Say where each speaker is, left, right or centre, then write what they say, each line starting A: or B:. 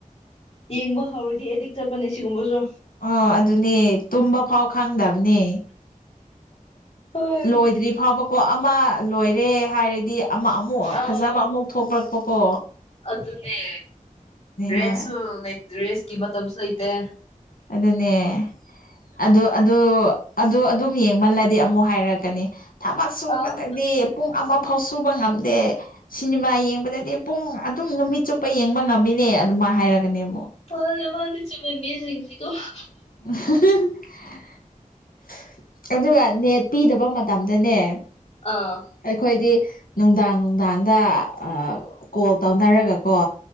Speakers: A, on the left; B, on the left.
A: ꯌꯦꯡꯕ ꯍꯧꯔꯗꯤ ꯑꯦꯗꯤꯛ ꯆꯠꯄꯅꯦ ꯁꯤꯒꯨꯝꯕꯖꯣ
B: ꯑꯣ ꯑꯗꯨꯅꯦ ꯇꯨꯝꯕ ꯐꯥꯎ ꯈꯪꯗꯝꯅꯦ
A: ꯍꯣꯏ
B: ꯂꯣꯏꯗ꯭ꯔꯤ ꯐꯥꯎꯕꯀꯣ ꯑꯃ ꯂꯣꯏꯔꯦ ꯍꯥꯏꯔꯗꯤ ꯑꯃ ꯑꯃꯨꯛ
A: ꯑꯥꯎ
B: ꯐꯖꯕ ꯑꯃꯨꯛ ꯊꯣꯛꯄꯔꯛꯄꯀꯣ
A: ꯑꯗꯨꯅꯦ ꯔꯦꯁꯁꯨ
B: ꯍꯣꯏ
A: ꯂꯩ ꯔꯦꯁꯀꯤ ꯃꯇꯝꯁꯨ ꯂꯩꯇꯦ
B: ꯑꯗꯨꯅꯦ ꯑ ꯑꯗꯨ ꯑꯗꯨ ꯑꯗꯨꯝ ꯌꯦꯡꯃꯜꯂꯗꯤ ꯑꯃꯨꯛ ꯍꯥꯏꯔꯛꯀꯅꯤ ꯊꯕꯛ ꯁꯨꯕꯗꯗꯤ
A: ꯑꯥꯎ
B: ꯄꯨꯡ ꯑꯃ ꯐꯥꯎ ꯁꯨꯕ ꯉꯝꯗꯦ ꯁꯤꯅꯤꯃꯥ ꯌꯦꯡꯕꯗꯗꯤ ꯄꯨꯡ ꯑꯗꯨꯝ ꯅꯨꯃꯤꯠ ꯆꯨꯞꯄ ꯌꯦꯡꯕ ꯉꯝꯃꯤꯅꯦ ꯑꯗꯨꯃ ꯍꯥꯏꯔꯒꯅꯦꯃꯨ
A: <unintelligible>
B: <unintelligible> ꯑꯗꯨꯒ ꯅꯦꯠ ꯄꯤꯗꯕ ꯃꯇꯝꯗꯅꯦ
A: ꯑꯥ
B: ꯑꯩꯈꯣꯏꯗꯤ ꯅꯨꯡꯗꯥꯡ ꯅꯨꯡꯗꯥꯡꯗ ꯑꯥ ꯀꯣꯜ ꯇꯧꯅꯔꯒꯀꯣ